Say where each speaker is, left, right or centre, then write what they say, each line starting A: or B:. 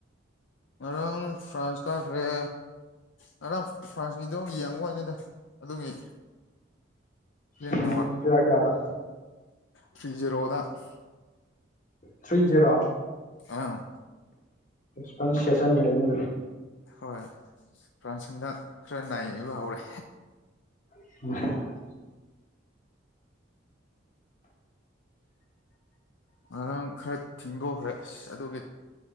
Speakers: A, on the left; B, on the left.
A: ꯉꯔꯥꯡ ꯐ꯭ꯔꯥꯟꯁ ꯀꯥꯈ꯭ꯔꯦ ꯉꯔꯥꯡ ꯐ꯭ꯔꯥꯟꯁꯀꯤ ꯑꯗꯨꯣ ꯌꯦꯡꯉꯨ ꯋꯥꯅꯤꯗ ꯑꯗꯨꯒꯤ ꯌꯦꯡꯨꯕ
B: ꯎꯝ ꯀꯌꯥ ꯀꯌꯥꯗ
A: ꯊ꯭ꯔꯤ ꯖꯦꯔꯣꯗ <unintelligible> <inaudible>
B: ꯊ꯭ꯔꯤ ꯖꯦꯔꯣ
A: ꯑꯥ
B: ꯔꯁꯄꯣꯟꯁ ꯁꯦꯁꯟꯗꯔꯦꯅꯦ
A: ꯍꯣꯏ ꯐ꯭ꯔꯥꯟꯁꯟꯗ ꯈꯔ ꯅꯥꯏꯕ ꯍꯧꯔꯦ
B: ꯑ
A: ꯉꯥꯡ ꯈꯔ ꯊꯤꯡꯗꯣꯛꯈ꯭ꯔꯦ ꯑꯁ ꯑꯗꯨꯒꯤ